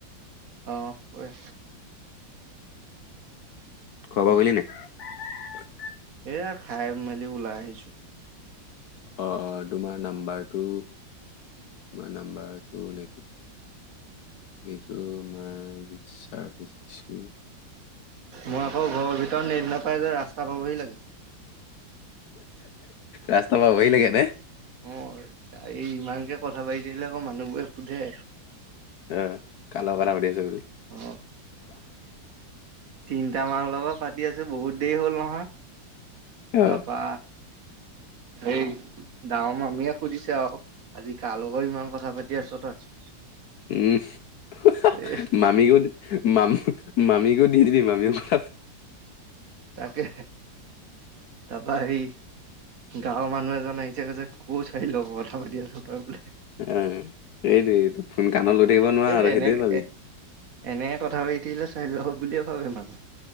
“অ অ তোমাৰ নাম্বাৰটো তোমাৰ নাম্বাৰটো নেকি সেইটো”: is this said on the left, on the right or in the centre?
Left